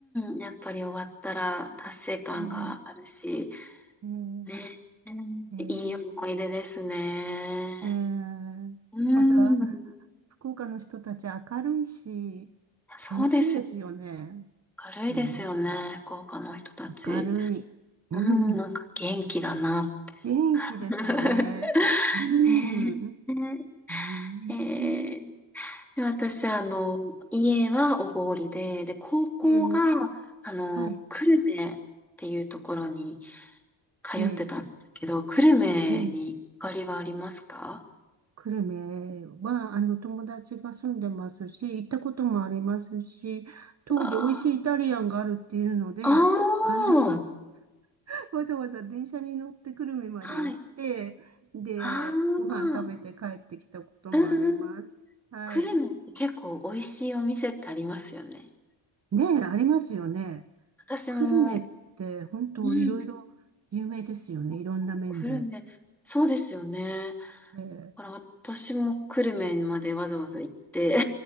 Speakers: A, in the centre; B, on the right.
A: ん、やっぱり終わったら達成感があるし、
B: うん、うん、
A: ね、うんいい思い出ですね。
B: えーえーえーまた、
A: うん。
B: 福岡の人たち明るいし、
A: そうですよね。
B: 楽しいですよね。
A: 明るいですよね、
B: うん、
A: 福岡の人たち。
B: 明るい。うん、
A: うん、なんか元気だな。
B: 元気ですよね。
A: <laughs>
B: うん、
A: ねえ。
B: うん、
A: ね
B: うん
A: ええーで、私、あの、家は小郡で、で、高校が、
B: えー
A: あの、
B: はい。
A: 久留米っていうところに通ってたんですけど、
B: ええ
A: 久留米にゆかりはありますか
B: ええ、久留米は、あの、友達が住んでますし、行ったこともありますし、当時美味しいイタリアンがあるっていうので、
A: ああ
B: あの、
A: ー、
B: <laughs> わざわざ電車に乗って久留米まで行って、
A: はい。
B: で、
A: ああ、
B: ご飯食べて帰ってきたこともあります。
A: うんうん。
B: はい。
A: 久留米って結構美味しいお店ってありますよね。
B: ねえ、ありますよね。
A: 私も、
B: 久留米って本当いろいろ有名ですよね。
A: うん、
B: いろんな面で。
A: そう、久留米、そうですよね。だ
B: え
A: から私も久留米までわざわざ行って